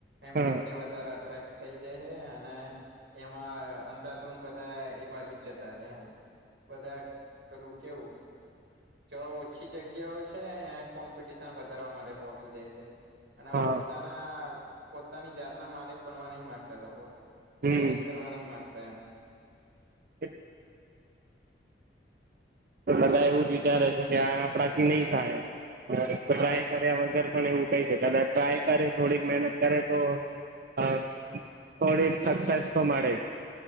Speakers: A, on the right; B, on the right.
A: એમ
B: હા
A: પ્રત્યે વધારે અટ્રેક્શ થઇ જાય હ અને એમાં અંધતુન બધા એ બાજુ જ જતા રહે એમ બધા કલું કેવું. જો ઓછી જગ્યાઓ છે એં કોમ્પિટિશન વધારવા માટે પોહોકીજાય છે. અને
B: હા
A: પોતાના પોતાની જાત ના માલિક બનવા નહી માંગતા લોકો.
B: હમ
A: બિઝનેસ કરવા નહી માંગતા એમ
B: <unintelligible> બધા એવું જ વિચારે છે કે આ આપણાથી નહી થાય
A: હા
B: ટ્રાય કર્યા વગર પણ એવું કઈ શકે કદાચ ટ્રાય કરે થોડીક મહેનત કરે તો અ
A: હા
B: થોડીક સક્સેસ તો મળે.